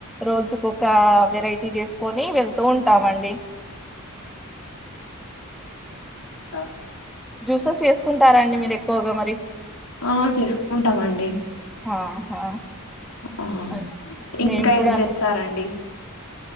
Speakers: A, in the centre; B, on the left (about 80°).
A: రోజుకు ఒక వెరైటీ చేసుకొని వెళ్తూ ఉంటామండి.
B: ఆ
A: జ్యూసెస్ వేసుకుంటారా అండి మీరు ఎక్కువగా మరి?
B: ఆ చేసుకుంటామండి
A: ఆహా
B: ఆహ
A: అన్
B: ఇంకా
A: మేము
B: ఏం
A: కూడా
B: చేస్తారండి?